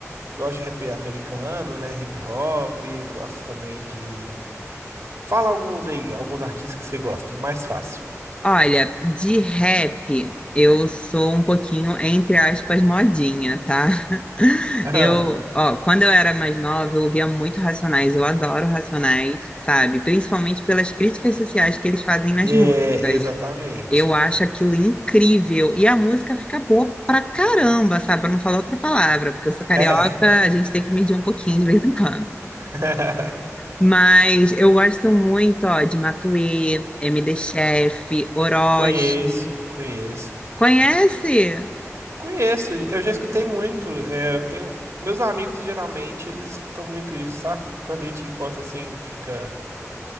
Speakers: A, on the right (about 75°); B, on the left (about 20°).
A: Gosto de rap americano, né? Hip hop, gosto também de. Fala alguns aí, alguns artistas que você gosta, mais fácil.
B: Olha, de rap eu sou um pouquinho, entre aspas, modinha, tá? <laughs>
A: Aham.
B: Eu, ó, quando eu era mais nova, eu ouvia muito Racionais, eu adoro Racionais, sabe? Principalmente pelas críticas sociais que eles fazem nas
A: É,
B: músicas.
A: exatamente.
B: Eu acho aquilo incrível. E a música fica boa pra caramba, sabe? Pra não falar outra palavra, porque eu sou carioca,
A: É.
B: a gente tem que medir um pouquinho de vez em quando.
A: <laughs>
B: Mas eu gosto muito, ó, de Matuê, MD Chef, Orochi.
A: Conheço, conheço.
B: Conhece?
A: Conheço, eu já escutei muito. é, eu tenho. Meus amigos geralmente eles escutam muito isso, sabe? Quando a gente encontra assim, fica,